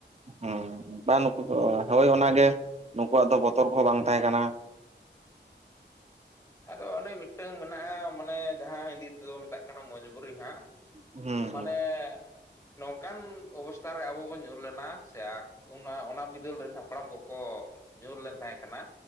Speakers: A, on the right (about 35°); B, on the left (about 15°).
A: ᱦᱮᱸ ᱵᱟ ᱱᱩᱠᱩ ᱦᱳᱭ ᱚᱱᱟᱜᱮ ᱱᱩᱠᱩᱣᱟᱜ ᱫᱚ ᱵᱚᱛᱚᱨ ᱠᱚᱦᱚᱸ ᱵᱟᱝ ᱛᱟᱦᱮᱸ ᱠᱟᱱᱟ᱾
B: ᱟᱫᱚ ᱚᱱᱮ ᱢᱤᱫᱴᱟᱝ ᱢᱮᱱᱟᱜᱼᱟ ᱢᱟᱱᱮ ᱡᱟᱦᱟᱸ ᱦᱤᱱᱫᱤ ᱛᱮᱫᱚ ᱢᱮᱛᱟᱜ ᱠᱟᱱᱟ ᱢᱚᱡᱽᱵᱩᱨᱤ ᱦᱟᱸᱜ
A: ᱦᱩᱸ
B: ᱢᱟᱱᱮ ᱱᱚᱝᱠᱟᱱ ᱚᱵᱚᱥᱛᱷᱟ ᱨᱮ ᱟᱵᱚ ᱵᱚᱱ ᱧᱩᱨ ᱞᱮᱱᱟ ᱥᱮ ᱚᱱᱟ ᱚᱱᱟ ᱵᱤᱫᱟᱹᱞ ᱨᱮᱱ ᱦᱟᱯᱲᱟᱢ ᱠᱚᱠᱚ ᱧᱩᱨ ᱞᱮᱱ ᱛᱟᱦᱮᱸ ᱠᱟᱱᱟ